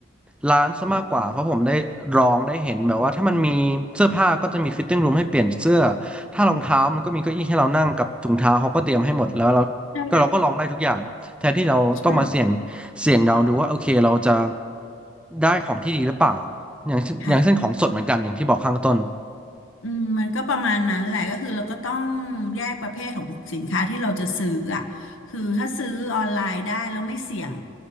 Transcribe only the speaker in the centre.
ร้านซะมากกว่าเพราะผมได้ลองได้เห็นแบบว่าถ้ามันมีเสื้อผ้าก็จะมีฟิตติ้งรูมให้เปลี่ยนเสื้อถ้ารองเท้ามันก็มีเก้าอี้ให้เรานั่งกับถุงเท้าเขาก็เตรียมให้หมดแล้วเราก็เราก็ลองได้ทุกอย่าง
แทนที่เราต้องมาเสี่ยง
เสี่ยงเดาดูว่าโอเคเราจะได้ของที่ดีหรือเปล่าอย่างเช่นอย่างเช่นของสดเหมือนกันอย่างที่บอกข้างต้น